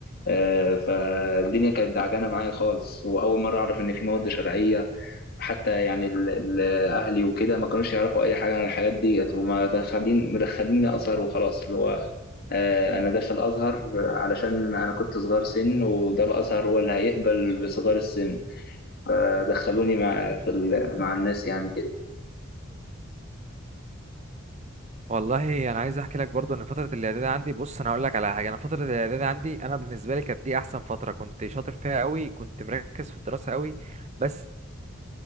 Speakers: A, on the left; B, on the right.
A: آه، فالدنيا كانت دعجانه معايا خالص واول مره اعرف ان في مواد شرعيه حتى يعني ال- ال- اهلي وكده ما كانوش يعرفوا اي حاجه عن الحاجات ديت وما دخلين مدخليني ازهر وخلاص اللي هو آه، انا داخل ازهر علشان انا كنت صغير سن وده الازهر هو اللي هيقبل بصغار السن فدخلوني مع في ال- مع الناس يعني كده
B: والله انا عايز احكي لك برضو ان فترة الاعدادي عندي بص انا هقول لك على حاجة انا فترة الاعدادي عندي انا بالنسبة لي كانت دي احسن فترة كنت شاطر فيها قوي كنت مركز في الدراسة قوي بس